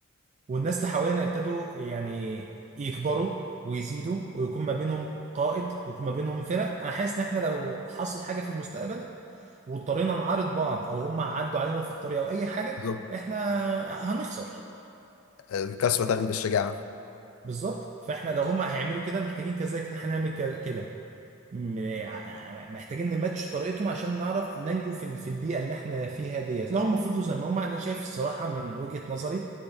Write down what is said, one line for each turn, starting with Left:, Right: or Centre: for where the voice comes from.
Right: والناس اللي حوالينا يبتدوا يعني يكبروا ويزيدوا ويكون ما بينهم قائد ويكون ما بينهم فرق انا حاسس ان احنا لو حصل حاجه في المستقبل واضطرينا نعارض بعض او هم عدوا علينا في الطريق او اي حاجه
Left: بالظبط
Right: احنا هنخسر
Left: الكثرة تغلب الشجاعة
Right: بالظبط فاحنا لو هم هيعملوا كده محتاجين كذلك ان احنا نعمل كده م- ع- محتاجين نماتش طريقتهم عشان نعرف ننجو في ال- في البيئه اللي احنا فيها ديت لو هم فضلوا زي ما هم انا شايف الصراحه من وجهه نظري